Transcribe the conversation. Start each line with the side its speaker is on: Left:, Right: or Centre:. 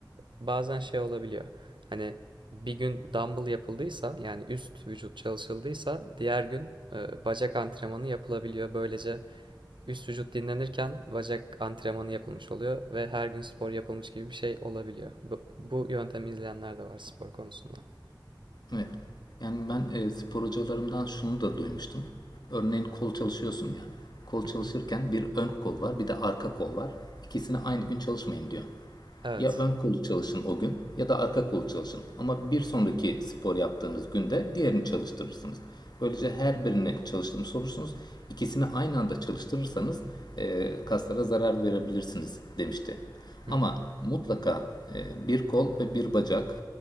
Right: bazen şey olabiliyor. Hani bir gün dumbbell yapıldıysa yani üst vücut çalışıldıysa diğer gün e, bacak antrenmanı yapılabiliyor. Böylece üst vücut dinlenirken bacak antrenmanı yapılmış oluyor ve her gün spor yapılmış gibi bir şey olabiliyor. Bu, bu yöntemi izleyenler de var spor konusunda.
Left: Evet. Yani ben e, spor hocalarımdan şunu da duymuştum. Örneğin kol çalışıyorsun ya. Kol
Right: Hı
Left: çalışırken
Right: hı.
Left: bir ön kol var, bir de arka kol var. İkisini aynı gün çalışmayın diyor.
Right: Evet.
Left: Ya ön kolu çalışın o gün ya da arka kolu çalışın. Ama bir sonraki spor yaptığınız günde diğerini çalıştırırsınız. Böylece her birini çalıştırmış olursunuz. İkisini aynı anda çalıştırırsanız e, kaslara zarar verebilirsiniz demişti.
Right: Hı
Left: Ama
Right: hı.
Left: mutlaka e, bir kol ve bir bacak